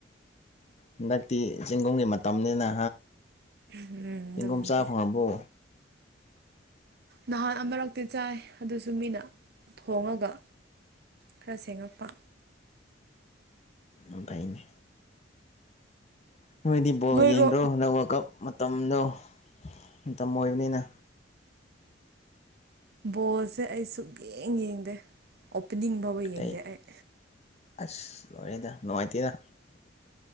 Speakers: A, on the left (about 35°); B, on the right (about 55°).
A: ꯍꯟꯗꯛꯇꯤ ꯆꯦꯡꯒꯨꯝꯒꯤ ꯃꯇꯝꯅꯤꯅ
B: ꯎꯝ ꯑꯗꯨꯕꯨꯗꯤ
A: ꯆꯦꯡꯒꯨꯝ ꯆꯥꯐꯝꯣꯡꯕꯨ
B: ꯅꯍꯥꯟ ꯑꯃꯔꯛꯇꯤ ꯆꯥꯏ ꯑꯗꯨꯁꯨ ꯃꯤꯅ ꯊꯣꯡꯉꯒ ꯈꯔ ꯁꯦꯝꯦꯡꯉꯛꯄ
A: ꯑꯐꯥꯏꯅꯤ ꯅꯣꯏꯗꯤ ꯕꯣꯜ
B: ꯅꯣꯏꯔꯣ
A: ꯌꯦꯡꯗ꯭ꯔꯣ ꯍꯟꯗꯛ ꯋꯥ ꯀ ꯇꯝꯂꯨ ꯃꯇꯝ ꯑꯣꯏꯕꯅꯤꯅ
B: ꯕꯣꯜꯁꯦ ꯑꯩ ꯁꯨꯝ ꯌꯦꯡ ꯌꯦꯡꯗꯦ ꯄꯨꯤꯅꯤꯡꯕꯥꯎꯕ ꯌꯦꯡꯗꯦ
A: ꯀꯩ
B: ꯑꯩ
A: ꯑꯁ ꯂꯣꯏꯔꯦꯗ ꯅꯨꯡꯉꯥꯏꯇꯦꯗ